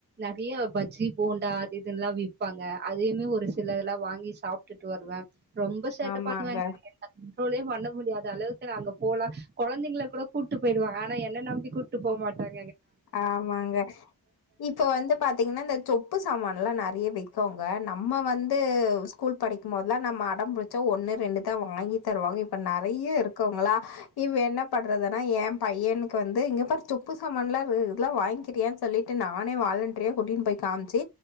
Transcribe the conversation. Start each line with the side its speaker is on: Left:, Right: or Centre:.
Right: நெறையா பஜ்ஜி போண்டா அது இதெல்லா விப்பாங்க அதையுமே ஒரு சிலதெல்லா வாங்கி சாப்ட்டுட்டு வருவே ரொம்ப சேட்ட
Left: ஆமாங்க,
Right: பண்ணுவேங்க <unintelligible> கண்ட்ரோலே பண்ண முடியாத அளவுக்கு <unintelligible> அங்க போலா கொழந்தைங்கள கூட கூட்டு போயிடுவாங்க ஆனா என்ன நம்பி கூட்டு போக மாட்டாங்க
Left: ஆமாங்க இப்ப வந்து பாத்தீங்கன்னா இந்த சொப் சொப்பு சாமான்லா நெறைய வைக் கோங்க நம்ம வந்து ஸ்கூல் படிக்கும்போதெல்லா நம்ம அடம்புடிச்சா ஒன்னு ரெண்டு தா வாங்கி தருவாங்க இப்ப நெறைய இருக்குங்களா இப்ப என்ன பண்றதுன்னா ஏம் பையனுக்கு வந்து இங்க பாரு சொப்பு சமான்லா இதெல்லா வாங்கிக்கிறியான்னு சொல்லிட்டு நானே வாலன்ட்றியா கூட்டின்னு போய் காமிச்சு